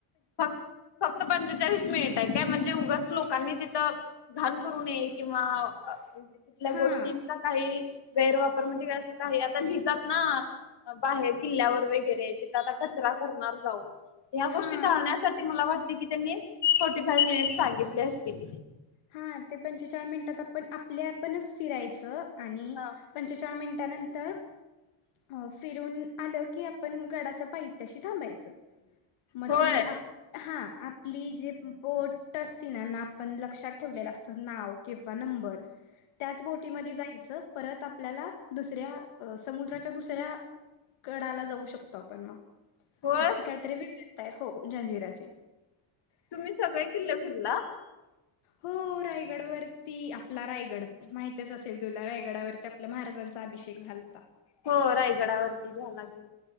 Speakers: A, on the left; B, on the left.
A: फक् फक्त पंचेचाळीस मिनिट हायत. काय म्हणजे उगाच लोकांनी तिथं घाण करु नये. किंवा तिथल्या
B: हा
A: गोष्टीच्या काही गैरवापर म्हणजे अस काही आता लिहितात ना बाहेर किल्ल्यावर वैगरे तिथे आता कचरा करणार जाऊन. या गोष्टींवर
B: हा
A: टाळण्यासाठी साठी मला वाट ती की त्यानीं फोर्टिफाय मिनिट सागेतले असतील.
B: हा ते पंचेचाळ मिनिटात आपण आपले आपणच फिरायच आणि
A: हा.
B: पंचेचाळ मि त्यानंतर अ फिरून आलो की आपण गडाच्या पायथ्याशी थांबायच. म
A: होय
B: ती आ हा आपली जी बोट असती ना आपण लक्षात ठेवलेल असत नाव किंवा नंबर त्याच बोटी मध्ये जाय ज परत आपल्याला दुसऱ्या अ समुद्राच्या दुसऱ्या कडाला जावू शकतो आपण म.
A: होय
B: अस काहीतरी वेगळं काय हो जंजिराची.
A: तुम्ही सगळे किल्ले फिरला?
B: हो रायगड वरती, आपला रायगड माहि <unintelligible> आपल्या महाराजांचा अभिषेक झालता.
A: हो रायगडावरती झाला <inaudible>